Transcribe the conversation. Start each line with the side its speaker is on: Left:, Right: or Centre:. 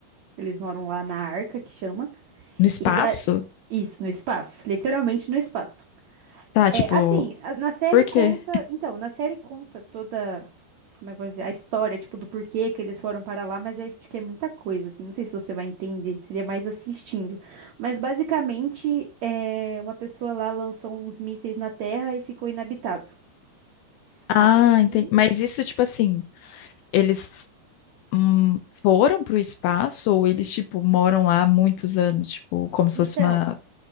Right: Eles moram lá na Arca, que chama.
Left: No espaço?
Right: E da... Isso, no espaço. Literalmente no espaço.
Left: Tá, tipo,
Right: É, assim, a- na série
Left: por quê?
Right: conta... Então, na série conta toda... Como é que eu vou dizer? A história, tipo, do porquê que eles foram para lá. Mas é, acho que é muita coisa, assim. Não sei se você vai entender. Seria mais assistindo. Mas, basicamente, é... uma pessoa lá lançou uns mísseis na Terra e ficou inabitável. Aí
Left: Ah, entendi. Mas isso, tipo assim, eles hum, foram pro espaço ou eles, tipo, moram lá há muitos anos? Tipo, como se
Right: Então,
Left: fosse uma